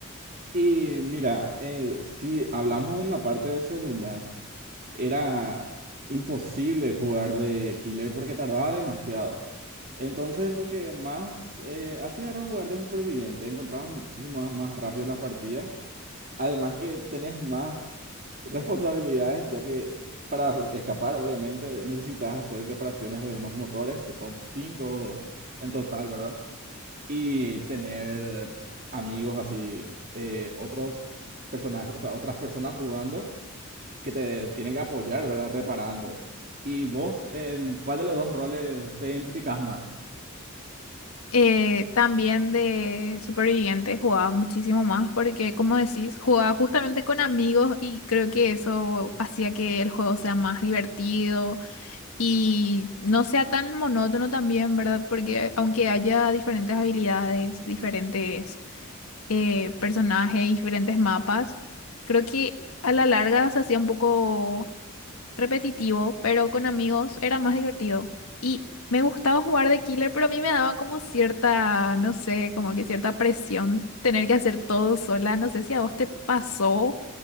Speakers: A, on the right; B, on the left.
A: Y mira, eh, si hablamos en la parte de celular, era imposible jugar de Killer porque tardaba demasiado. Entonces lo que más eh, hacía era jugar de superviviente, encontraba muchísimo más más rápido las partidas. Además que tenés más responsabilidades, ya que para escapar obviamente necesitas hacer reparaciones de unos motores, que son cinco en total, ¿verdad? Y tener amigos así, eh, otros personajes, o sea, otras personas jugando y que te tienen que apoyar, ¿verdad? Reparando. ¿Y vos en cuál de los dos roles te identificás más?
B: Eh, también de superviviente jugaba muchísimo más porque, como decís, jugaba justamente con amigos y creo que eso hacía que el juego sea más divertido y no sea tan monótono también, ¿verdad? Porque aunque haya diferentes habilidades, diferentes eh, personajes y diferentes mapas. Creo que a la larga se hacía un poco repetitivo, pero con amigos era más divertido. Y me gustaba jugar de killer, pero a mí me daba como cierta, no sé, como que cierta presión tener que hacer todo sola. No sé si a vos te pasó